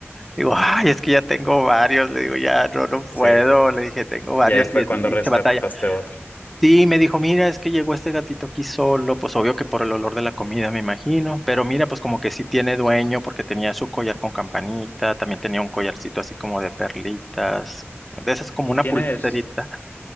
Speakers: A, in the centre; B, on the left.
A: Digo, ay, es que ya tengo varios. Le digo,
B: Ya.
A: ya, no, no
B: Sí.
A: puedo. Le dije, tengo varios
B: Y ahí fue
A: y, y
B: cuando rescataste
A: se batalla.
B: otro.
A: Sí, me dijo, mira, es que llegó este gatito aquí solo, pues obvio que por el olor de la comida, me imagino, pero mira, pues como que sí tiene dueño porque tenía su collar con campanita, también tenía un collarcito así como de perlitas, de esas como
B: ¿Y
A: una
B: tienes,
A: pulserita.